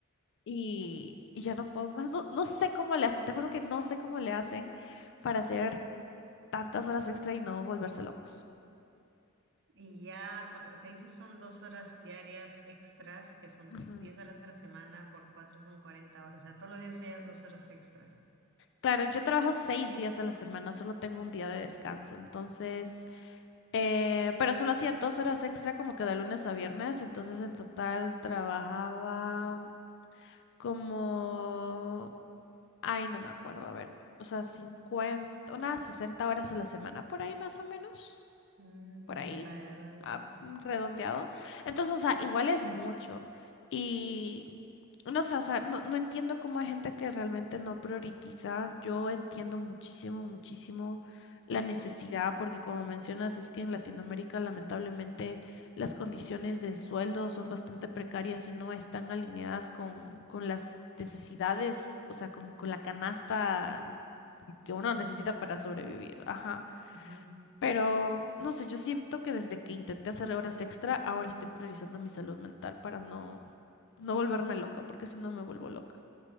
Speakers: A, on the left; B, on the right.
A: y, y ya no puedo más. No, no sé cómo le hacen, te juro que no sé cómo le hacen para hacer tantas horas extra y no volverse locos.
B: Y ya cua- lo que dices son dos horas diarias extras, que son
A: Ujú.
B: 10 horas a la semana, por cuatro son 40 horas. O sea, todos los días ellas dos horas extras.
A: Claro, yo trabajo seis días de la semana, solo tengo un día de descanso, entonces, eh, pero solo hacía dos horas extra como que de lunes a viernes, entonces en total trabajaba como, ay, no me acuerdo, a ver, o sea, 50 unas 60 horas a la semana por ahí más o menos.
B: Mm,
A: por ahí,
B: vale, vale,
A: ah,
B: vale.
A: mm, redondeado. Entonces, o sea, igual es mucho. Y no sé, o sea, no, no entiendo cómo hay gente que realmente no prioritiza. Yo entiendo muchísimo, muchísimo la necesidad, porque como mencionas, es que en Latinoamérica lamentablemente las condiciones del sueldo son bastante precarias y no están alineadas con, con las necesidades, o sea, con, con la canasta
B: Ujú,
A: que uno necesita
B: Más.
A: para sobrevivir. Ajá.
B: ujú.
A: Pero, no sé, yo siento que desde que intenté hacer horas extra, ahora estoy priorizando mi salud mental para no, no volverme loca, porque si no me vuelvo loca.